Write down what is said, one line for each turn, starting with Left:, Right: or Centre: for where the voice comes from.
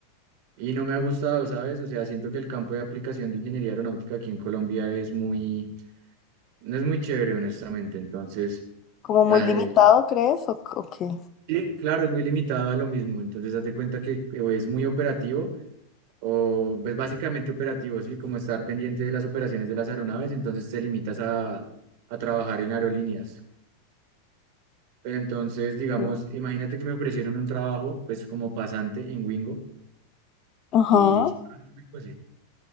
Right: y no me ha gustado, ¿sabes? O sea, siento que el campo de aplicación de ingeniería aeronáutica aquí en Colombia es muy, no es muy chévere, honestamente. Entonces...
Left: como muy
Right: Ah,
Left: limitado,
Right: Eh,
Left: ¿crees? ¿O, o qué?
Right: sí, claro, es muy limitado a lo mismo. Entonces, haz de cuenta que eh, o es muy operativo o es básicamente operativo, ¿sí? Como estar pendiente de las operaciones de las aeronaves, entonces te limitas a, a trabajar en aerolíneas. Pero entonces, digamos,
Left: ¿Qué?
Right: imagínate que me ofrecieron un trabajo, pues como pasante en Wingo
Left: Ajá.
Right: y... ¿Sí conoces Wingo? Sí.